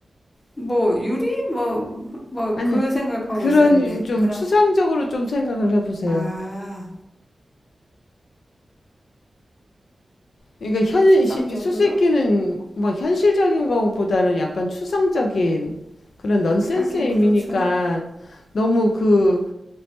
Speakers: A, on the left; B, on the left.
A: 뭐, 유리? 뭐, 뭐,
B: 아니,
A: 그 생각하고
B: 그런
A: 있었는데.
B: 좀
A: 그럼,
B: 추상적으로 좀 생각을 해보세요.
A: 아,
B: 그러니까 현,
A: 추상적으로?
B: 시- 수수께끼는 막 현실적인 것보다는 약간 추상적인 그런 넌센스의
A: 하긴 그렇죠.
B: 의미니까 너무 그